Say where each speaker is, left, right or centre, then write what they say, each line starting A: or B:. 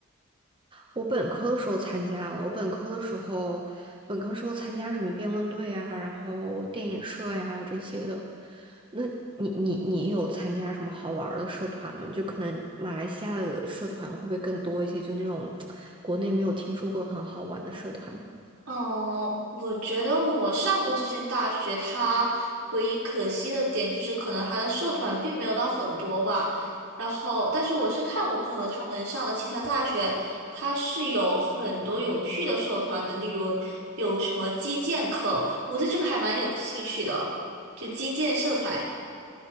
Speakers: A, on the right; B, on the right.
A: 我本科的时候参加了，我本科的时候，本科时候参加什么辩论队呀，然后电影社呀这些的。那你你你有参加什么好玩儿的社团吗？就可能马来西亚的社团会不会更多一些？就那种 <tsk> 国内没有听说过很好玩的社团。
B: 哦，我觉得我上的这间大学，它唯一可惜的点就是，可能它的社团并没有到很多吧。然后，但是我是看我朋友他们上的其他大学，它是有很多有趣的社团的，例如有什么击剑课，我对这个还蛮有兴趣的，就击剑社团。